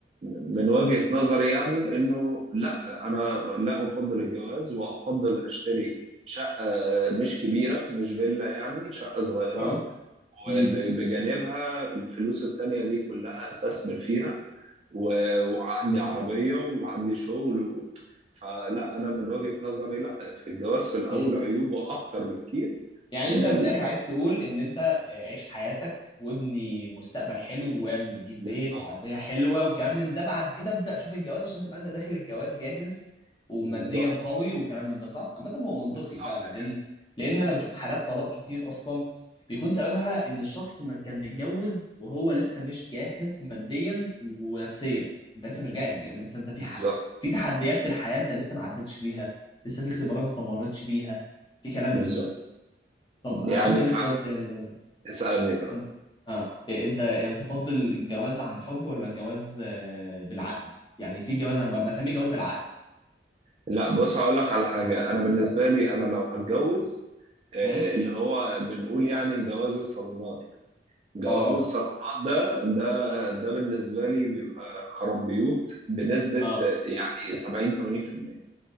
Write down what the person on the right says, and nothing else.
من وجهه نظري يعني انه لا انا لا افضل الجواز وافضل اشتري شقه مش كبيره مش فيلا يعني شقه صغيره
وبجانبها الفلوس التانية دي كلها استثمر فيها و- وعندي عربية وعندي شغل و... فلا أنا من وجهة نظري لا في الجواز في الأول
عيوبه أكتر بكتير
من
ال...
بالظبط
بالظبط
بالظبط
كده،
بالظبط
بالظبط
يعني
فاسألني طب
لا بص هقول لك على حاجة أنا بالنسبة لي أنا لو هتجوز آه،
اللي هو بنقول يعني جواز الصالونات يعني جواز
الصالونات ده ده ده بالنسبة لي بيبقى خراب بيوت بنسبة
آه، يعني 70 80%